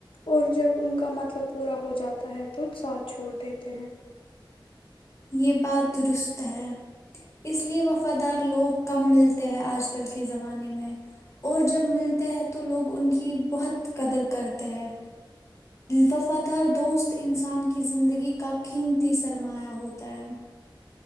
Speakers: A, on the left; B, on the left.
A: اور جب ان کا مطلب پورا ہو جاتا ہے تو ساتھ چھوڑ دیتے ہیں
B: یہ بات درست ہے اس لیے وفادار لوگ کم ملتے ہیں آج کل کے زمانے میں اور جب ملتے ہیں تو لوگ ان کی بہت قدر کرتے ہیں وفادار دوست انسان کی زندگی کا قیمتی سر سرمایا ہوتا ہے